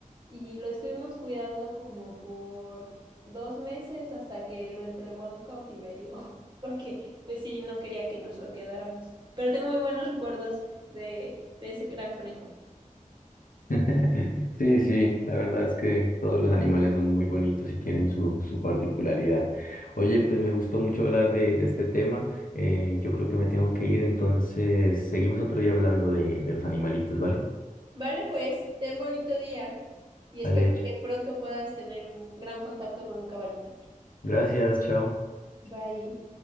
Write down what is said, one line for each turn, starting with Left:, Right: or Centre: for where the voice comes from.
Right: y lo estuvimos cuidando como por dos meses hasta que lo entregó a un cautiverio <laughs> porque pues sí, no quería que nos lo quedáramos. Pero tengo muy buenos recuerdos de, de ese gran conejo.
Left: <laughs> Sí, sí, la verdad es que todos los animales son muy bonitos y tienen su, su particularidad. Oye, pues me gustó mucho hablar de, de este tema. eh, yo creo que me tengo que ir, entonces seguimos otro día hablando de, de los animalitos, ¿vale?
Right: Vale, pues, ten bonito día y
Left: Vale,
Right: espero
Left: hecho.
Right: que pronto puedas tener un gran contacto con un caballito.
Left: Gracias, chao.
Right: Bye.